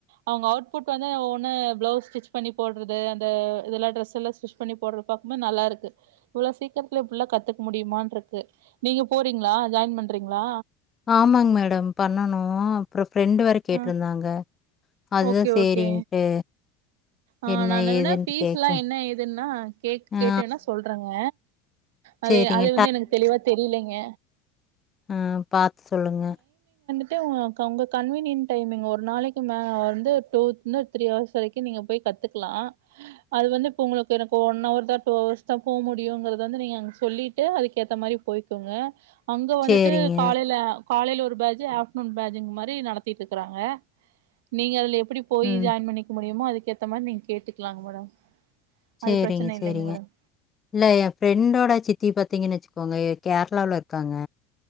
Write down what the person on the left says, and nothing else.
ஆமாங் மேடம் பண்ணணும் அப்புறம் ஃப்ரெண்ட் வேற கேட்டிருந்தாங்க.
அதுதான்
சரின்ட்டு,
என்ன
ஏதுன்ட்டு
கேட்க.
ஆ
சரிங்க.
ஆஹ் பாத்து சொல்லுங்க
சரிங்க.
ம்.
செரிங்க
செரிங்க
இல்ல என் ஃப்ரெண்டோட சித்த த்தி பாத்தீங்கன்னு வச்சுக்கோங்க கேரளாவில இருக்காங்க